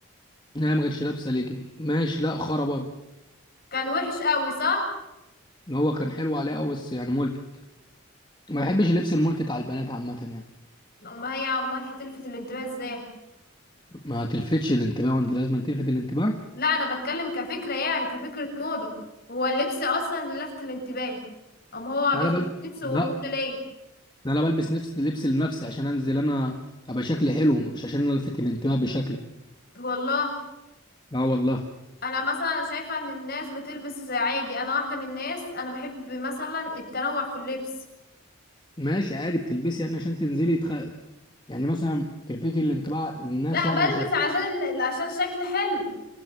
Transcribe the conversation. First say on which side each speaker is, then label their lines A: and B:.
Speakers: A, on the left (about 20°); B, on the left (about 45°).
A: إن هي ما كانتش لابسه ليجن ماشي لا خرا برضه
B: كان وحش قوي صح
A: إن هو كان حلو عليها قوي بس يعني ملفت ما بحبش اللبس الملفت على البنات عامه يعني
B: امال هي امال هتلفت الانتباه ازاي
A: ما تلفتش الانتباه وانت لازم تلفت الانتباه
B: لا انا بتكلم كفكرة يعني كفكرة موضة هو اللبس اصلا اللي لفت الانتباه ام هو
A: لا
B: بيختار
A: انا بلبس
B: لبسه
A: لا
B: والموضة ليه
A: ده انا بلبس نفس لبس لنفسي عشان انزل انا ابقى شكلي حلو مش عشان الفت الانتباه بشكلي
B: والله
A: اه والله
B: انا مثلا شايفة ان الناس بتلبس عادي انا واحدة من الناس انا بحب مثلا التنوع في اللبس
A: ماشي عادي بتلبسي يعني عشان تنزلي تخ... يعني مثلا تلفتي الانطباع للناس
B: لا
A: يعني
B: بلبس
A: وشايف
B: عشان إن- عشان شكل حلو